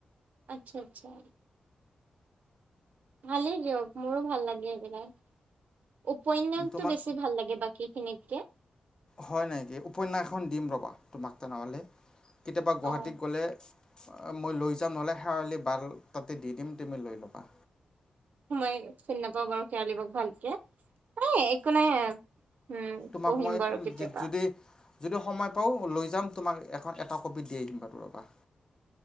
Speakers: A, on the right; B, on the left.
A: আচ্ছা আচ্ছা। ভালেই দিয়ক, মোৰো ভাল লাগে সেইবিলাক। উপন্যাসটো
B: তোমাৰ
A: বেছি ভাল লাগে বাকীখিনিত কে
B: হয় নেকি, উপন্যাসখন দিম ৰবা তোমাক তেনেহ'লে। কেতিয়াবা গুৱাহাটীত
A: অ'।
B: গ'লে মই লৈ যাম নহ'লে শেৱালি বাৰ তাতে দি দিম তুমি লৈ ল'বা।
A: মই চিনি নাপাওঁ বাৰু শেৱালী বাক ভালকে। হ'ব একো নাই আৰু উম
B: তোমাক
A: পঢ়িম
B: মই
A: বাৰু কেতিয়াবা।
B: যদি যদি সময় পাওঁ লৈ যাম, তোমাক এখন এটা কপি দি আহিম বাৰু এবাৰ।